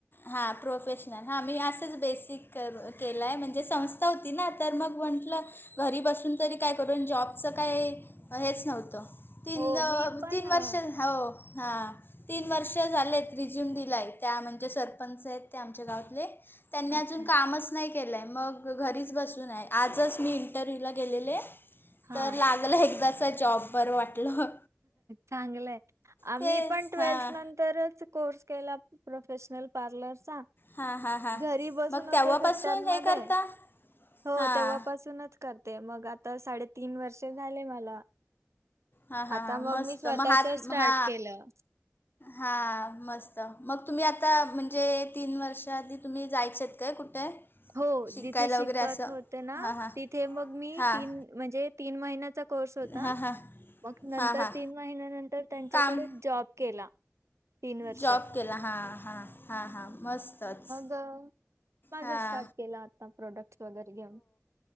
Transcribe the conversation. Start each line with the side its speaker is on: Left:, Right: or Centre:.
Left: ह <unintelligible> <inaudible> हां प्रोफेशनल हां मी असंच बेसिक करू केलं आहे, म्हणजे संस्था होती ना तर मग म्हटलं घरी बसून तरी काय करून जॉबचं काय हेच नव्हतं तीन
Right: हो, मी पण
Left: तीन
Right: अ,
Left: वर्ष हो हां. तीन वर्ष झालेत रिझ्यूम दिलाय त्या म्हणजे, सरपंच आहेत ते आमच्या गावातले. त्यांनी अजून
Right: अच्छा.
Left: कामच नाय केलाय मग घरीच बसून हाय मग आजच इंटरव्यू ला गेलेले
Right: हां.
Left: तर ला <unintelligible> मला एकदाच जॉब बरं वाटलं.
Right: चांगलंय आ
Left: तेच
Right: मी पण ट्वेल्थ
Left: हां
Right: नंतरच कोर्स केला प्रोफेशनल पार्लरचा.
Left: हां हां हां
Right: घरी बसून
Left: मग
Right: होते
Left: तेव्हापासून
Right: सुट्ट्यांमध्ये
Left: हे करता
Right: हो
Left: हां
Right: तेव्हापासूनच करते, मग आता साडेतीन वर्ष झाले मला.
Left: हा हा
Right: आता
Left: हां
Right: मग
Left: मस्त
Right: मी स्वतःचं
Left: महात
Right: स्टार्ट
Left: महा
Right: केलं.
Left: हा मस्त मग तुम्ही आता म्हणजे, तीन वर्ष आधी तुम्ही जायचे काय कुठे?.
Right: हो
Left: शिकायला
Right: जिथे शिकत
Left: वगैरे असं
Right: होते ना
Left: हां हां
Right: तिथे मग मी
Left: हां
Right: तीन म्हणजे तीन महिन्याचा कोर्स होता
Left: हां हां
Right: मग नंतर
Left: हां हां
Right: तीन महिन्या नंतर त्यांच्याकडे
Left: काम
Right: जॉब केला. तीन वर्ष.
Left: जॉब केला हा हा हा हा मस्तच.
Right: ग माझा
Left: हां
Right: स्टार्ट केला आता प्रोडक्ट् वगैरे घेऊन.